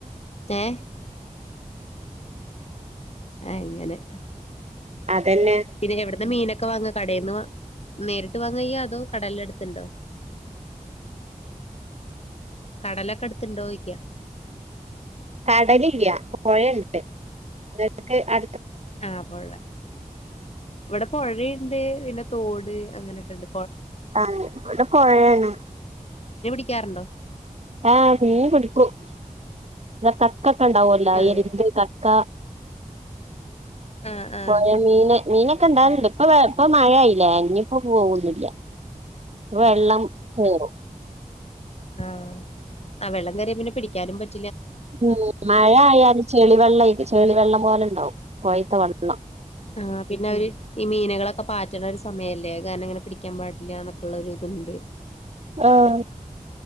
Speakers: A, on the left (about 50°); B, on the right (about 50°).
A: ഏ ആ അങ്ങനെ
B: അതന്നെ
A: പിന്നെ എവിടുന്ന് മീനൊക്കെ ക്കെ വാങ്ങാ കടേന്നു നേരിട്ട് വാ <unintelligible> അതോ കടല് അടുത്തുണ്ടോ കടലക്കെ അടുത്തുണ്ടോയി ല്ല
B: കടലില്ല പൊഴയുണ്ട് ക്കെ അ
A: ആ പൊള്ളെ ഇവിടെ പൊഴെണ്ട്. പിന്നെ തോട് അങ്ങനെക്കെണ്ട്.
B: ആ ഇവിടെ പൊഴയാണ്.
A: ക്കാറുണ്ടോ?
B: ആ മീൻ പിടിക്കും. <unintelligible> കക്കക്കെ ഒണ്ടാവുലോ?
A: അതെ
B: ഐരുന്ത്‌ കക്ക
A: ആഹ് ആഹ്
B: പൊയേ മീന് മീനൊക്കെ ഒണ്ടാകലുണ്ട്.
A: അതെ
B: ഇപ്പൊ വേ ഇപ്പം മയയായില്ലേ ഇനിയിപ്പോ പോവോംന്നില്ല. വെള്ളം <unintelligible>
A: ആ ആ വെള്ളം കേറിയ പിന്നെ പിടിക്കാനും പറ്റ്
B: ഉം മഴയയാലും ചെളിവെള്ള ചെളിവെള്ളം പോലെണ്ടാവും. പൊയേത്തെ വെള്ളം.
A: ആഹ പിന്നെ അവര് ഈ മീനകളൊക്കെ പാറ്റണ ഒരു സമയല്ലേ? കാരണം ഇങ്ങനെ പിടിക്കാൻ പാടില്ല എന്നൊക്കെയുള്ള ഒരു ഇതുണ്ട്.
B: ആഹ്